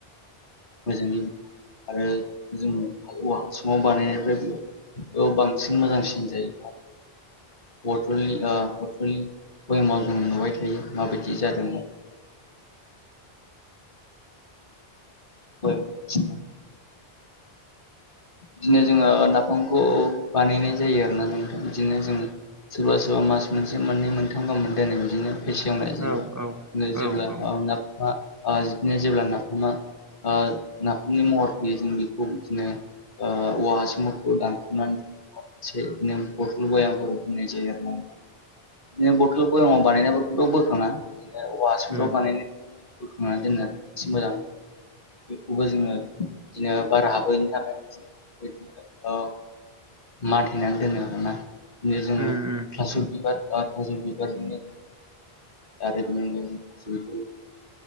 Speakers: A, on the left; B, on the right.
A: मोजाङै आरो जोङो औवा हासुङाव बानायनाय <unintelligible> औ बांसिन मोजांसिन जायो। बथलनि बथलनि भयामाव जोङो नुबाय थायो माबायदि जादों <unintelligible> बिदिनो जोङो नाफामखौ बानायनाय जायो आरोना नोंथां बिदिनो जोङो सोरबा सोरबा मास मोनसे मोननै मोनथाम गाहाम दोनो बिदिनो। फेसेवनाय जायो
B: औ
A: बिदिनो
B: औ
A: जेब्ला
B: औ औ
A: ओ नाफामा ओ बिदिनो जेब्ला नाफामा ओ नाफामनि महर फैयो जों बेखौ बिदिनो ओ औवा हासुंफोरखौ दानसनान जों इदिनो बथल बयामफोराव दोननाय जायो आरोना‌ नोंथां। बिदिनो बथल बयामाव बानायनायफोरखौथ' बोखाङा बिदिनो औवाहासुंफ्राव
B: उम
A: बानायनाय बोखांनानै दोनो एसे मोजां। बेखौबो जोङो बिदिनो बार हाबोयैनि थाखाय बिदिनो ओ माथेनानै दोनो आरोना। बे जोङो
B: उम उम
A: थास' बिबार ओ थास' बिबार थारैनो नोंगौ गासैबो।